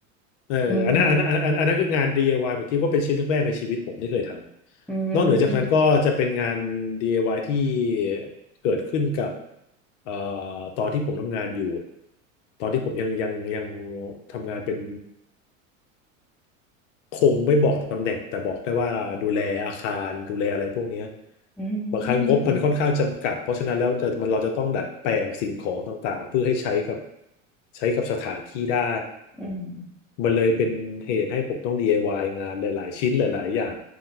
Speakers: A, on the left (about 65°); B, in the centre.
A: เอออันนั้นอันนั้นอันอันนั้นคืองาน
B: อืม
A: DIY ผมคิดว่าเป็นชิ้นแรกๆในชีวิตผมที่เคยทำนอกเหนือจากนั้นก็จะเป็นงาน
B: อืม
A: DIY ที่เกิดขึ้นกับเอ่อตอนที่ผมทำงานอยู่ตอนที่ผมยังยังยังทำงานเป็นคงไม่บอกตำแหน่งแต่บอกได้ว่าดูแลอาคารดูแลอะไรพวกเนี้ย
B: อื
A: บางครั้งงบมันค่อนข้างจำกัดเพราะฉะนั้นแล้วจะมันเราจะต้องดัดแปลงสิ่งของต่างๆเพื่อให้ใช้กับ
B: ม
A: ใช้กับสถานที่ได้
B: อืม
A: มันเลยเป็นเหตุให้ผมต้อง DIY งานหลาย ๆ ชิ้นหลาย ๆ อย่าง